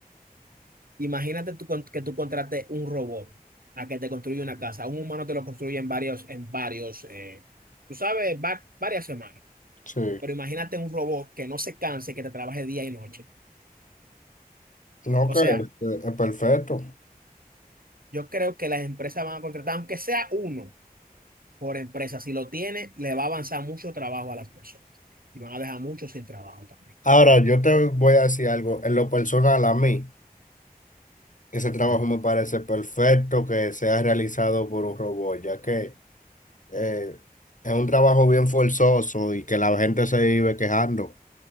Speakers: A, on the right; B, on the left.
A: Imagínate tú con- que tú contrates un robot a que te construya una casa. Un humano te lo construye en varios, en varios, eh, tú sabes, va- varias semanas.
B: sí.
A: Pero imagínate un robot que no se canse, que te trabaje día y noche.
B: No,
A: O
B: que
A: sea,
B: es, es perfecto.
A: yo creo que las empresas van a contratar, aunque sea uno por empresa, si lo tiene, le va a avanzar mucho trabajo a las personas. Y van a dejar muchos sin trabajo también.
B: Ahora, yo te voy a decir algo, en lo personal a mí, ese trabajo
A: Sí.
B: me parece perfecto que sea realizado por un robot, ya que eh, es un trabajo bien forzoso y que la gente se vive quejando.